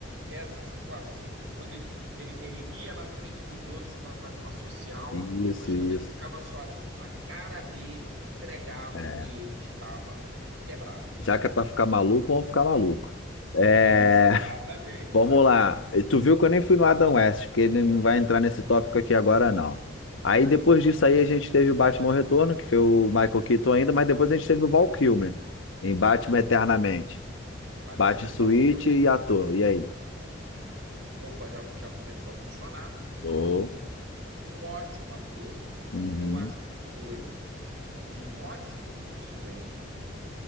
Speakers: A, on the right; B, on the left.
A: essa situação de quando ele, ele, ele ria na frente dos outros para fazer uma social,
B: Isso,
A: mas quando
B: isso.
A: ele ficava sozinho, a cara dele entregava
B: É.
A: que ele estava quebrado,
B: Já que é
A: entendeu?
B: pra ficar maluco, vamos ficar maluco. É.
A: É isso, exatamente,
B: Vamos
A: frase
B: lá.
A: clássica.
B: E Tu viu que eu nem fui no Adam West, porque ele não vai entrar nesse tópico aqui agora,
A: Não,
B: não.
A: não, não, tranquilo,
B: Aí depois
A: é outra fase,
B: disso aí
A: outra
B: a
A: fase.
B: gente teve o Batman Retorno, que foi o Michael Keaton ainda, mas depois a gente teve o Val Kilmer em Batman
A: Val Kilmer,
B: Eternamente.
A: falecido
B: Batman Suíte
A: Val Kilmer,
B: e ator. E aí?
A: roupa já, já começou a funcionar,
B: Oh.
A: um ótimo ator,
B: Uhum.
A: eu acho que foi um ótimo Bruce Wayne,